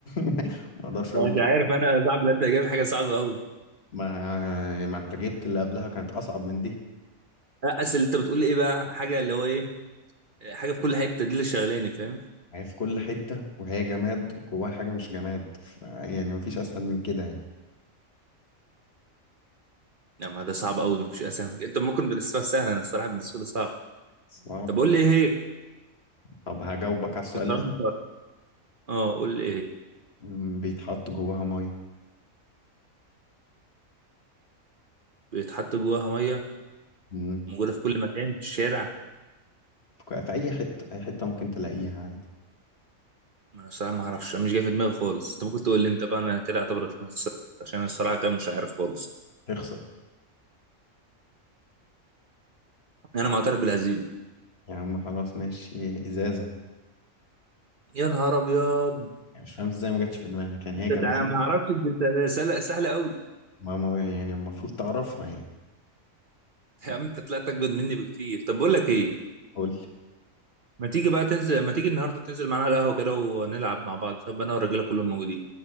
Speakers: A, on the left; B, on the right.
A: <laughs> ما اقدرش
B: أنا
A: اقول
B: مش عارف انا صعب ان انت جايب حاجه صعبه قوي
A: ما ما انت جبت اللي قبلها كانت اصعب من دي
B: اصل انت بتقول ايه بقى حاجه اللي هو ايه حاجه في كل حته دي اللي شغلاني فاهم
A: هي في كل حتة وهي جماد وجواها حاجة مش جماد ف- يعني مفيش أسهل من كده يعني
B: لا ما ده صعب قوي ما فيش اسهل انت ممكن بالنسبه لك سهله انا الصراحه بالنسبه لي صعب
A: صعب
B: طب قول لي ايه هي
A: طب هجاوبك على السؤال
B: الصراحه
A: اللي فات.
B: مش عارف. اه قول لي ايه هي؟
A: مم، بيتحط جواها مية
B: بيتحط جواها ميه
A: مم،
B: موجوده في كل مكان في الشارع
A: في ك- في أي حتة أي حتة ممكن تلاقيها عادي
B: ما انا الصراحه ما اعرفش أنا مش جاي في دماغي خالص انت ممكن تقول لي انت بقى انا كده اعتبرك إنك خسرت عشان انا الصراحه كده مش عارف خالص
A: تخسر
B: انا معترف بالهزيمه
A: يا عم خلاص ماشي إزازة
B: يا نهار ابيض
A: يعني مش فاهم إزاي ما جاتش في دماغك يعني
B: انت
A: هي جماد
B: تع- ما اعرفش انت سهله سهله قوي
A: ما ما- يعني المفروض تعرفها يعني
B: يا عم انت طلعت اجمد مني بكتير طب بقول لك ايه
A: قول لي
B: ما تيجي بقى تنزل ما تيجي النهارده تنزل معانا على القهوه كده ونلعب مع بعض طب انا والرجاله كلهم موجودين